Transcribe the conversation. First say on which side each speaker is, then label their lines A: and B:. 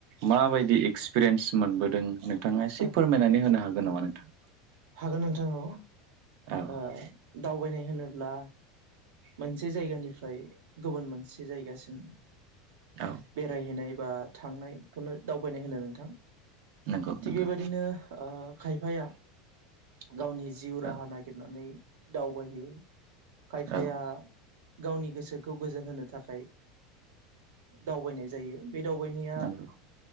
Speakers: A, on the right (about 50°); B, on the right (about 75°).
A: माबायदि एक्सपिरियेन्स मोनबोदों नों नोंथाङा एसे
B: औ
A: फोरमायनानै होनो हागोन नामा नोंथां
B: हागोन नोंथां औ
A: औ
B: ओ दावबायनाय होनोब्ला? मोनसे जायगानिफ्राय गुबुन मोनसे जायगासिम
A: औ
B: बेरायहैनाय बा थांनायखौनो दावबायनाय होनो नोंथां
A: नंगौ
B: थिग
A: नंगौ
B: बेबायदिनो खायफाया गावनि जिउ राहा
A: औ
B: नागिरनानै दावबायायो खायफाया
A: औ
B: गावनि गोसोखौ गोजोन होनो थाखाय दावबायनाय आ जायो बे दावबायनाया
A: नंगौ